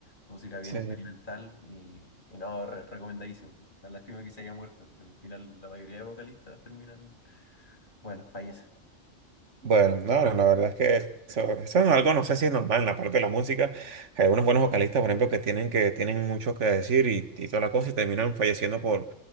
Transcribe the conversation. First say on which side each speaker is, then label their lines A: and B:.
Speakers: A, on the left; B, on the right.
A: Música bien
B: Sí.
A: experimental y, y no, re- recomendadísimo. La lástima que se haya muerto. porque Al final, la mayoría de vocalistas terminan, bueno, fallecen.
B: Bueno, no, no, la verdad es que eso, eso es algo, no sé si es normal en la parte de la música. Hay algunos buenos vocalistas, por ejemplo, que tienen que tienen mucho que decir y, y toda la cosa y terminan falleciendo por,